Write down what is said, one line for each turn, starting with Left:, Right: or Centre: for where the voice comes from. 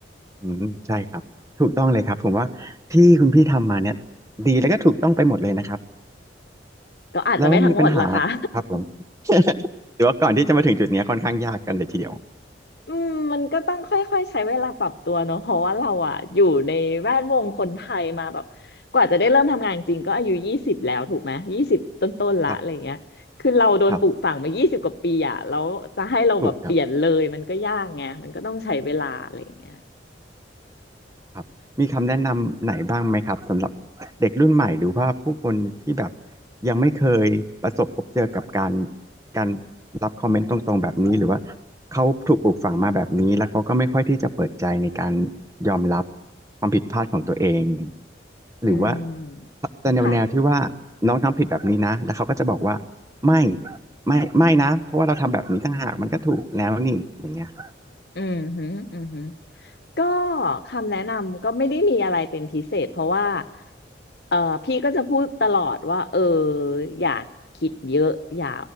Right: อืมใช่ครับ ถูกต้องเลยครับ ผมว่าที่คุณพี่ทำมาเนี่ยดีแล้วก็ถูกต้องไปหมดเลยนะครับ
Left: ก็อาจจะไม่ทั้งหมดละค่ะ
Right: แล้วมีปัญหาครับผมหรือว่าก่อนที่จะมาถึงจุดเนี้ยค่อนข้างยากกันเลยทีเดียว
Left: <laughs> อืมมันก็ต้องค่อยๆใช้เวลาปรับตัวเนอะเพราะว่าเราอะอยู่ในแวดวงคนไทยมาแบบกว่าจะได้เริ่มทำงานจริงก็อายุยี่สิบแล้วถูกไหมยี่สิบต้นๆละอะไรอย่างเงี้ยคือเราโดนปลูกฝังมายี่สิบกว่าปีอ่ะแล้วจะให้เราแบบเปลี่ยนเลยมันก็ยากไงมันก็ต้องใช้เวลาอะไรอย่างเงี้ย
Right: ครับครับถูกครับ ครับมีคำแนะนำไหนบ้างไหมครับสำหรับเด็กรุ่นใหม่หรือว่าผู้คนที่แบบยังไม่เคยประสบพบเจอกับการการรับคอมเมนต์ตรงๆแบบนี้หรือว่าเขาถูกปลูกฝังมาแบบนี้แล้วเขาก็ไม่ค่อยที่จะเปิดใจในการยอมรับความผิดพลาดของตัวเองหรือว่า
Left: อืมค่ะ
Right: จะแนวแนวที่ว่าน้องทำผิดแบบนี้นะแล้วเขาก็จะบอกว่าไม่ไม่ไม่นะเพราะว่าเราทำแบบนี้ต่างหากมันก็ถูกแล้วนี่อย่างเงี้ยครับ
Left: อืมฮึอืมฮึ ก็คำแนะนำก็ไม่ได้มีอะไรเป็นพิเศษเพราะว่า เออพี่ก็จะพูดตลอดว่าเอออย่าคิดเยอะอย่า